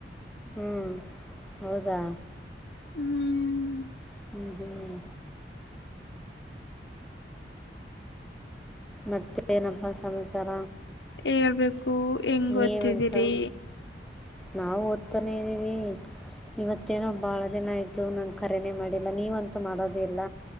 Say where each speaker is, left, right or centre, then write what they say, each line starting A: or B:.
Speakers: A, in the centre; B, on the left.
A: ಹ್ಮ್ ಹೌದಾ
B: ಹ್ಮ್
A: ಹ್ಮ್ ಹ್ಮ್ ಮತ್ತ ಏನಪ್ಪಾ ಸಮಾಚಾರ
B: ಹೇಳ್ಬೇಕು ಹೆಂಗ್
A: ನೀವಂತ
B: ಓದ್ತಿದಿರಿ
A: ನಾವು ಓದ್ತಾನೇ ಇದ್ದೀವಿ ಇವತ್ತೇನೋ ಬಾಳ ದಿನ ಆಯ್ತು ನನ್ ಕರೆನೇ ಮಾಡಿಲ್ಲ ನೀವಂತೂ ಮಾಡೋದ ಇಿಲ್ಲ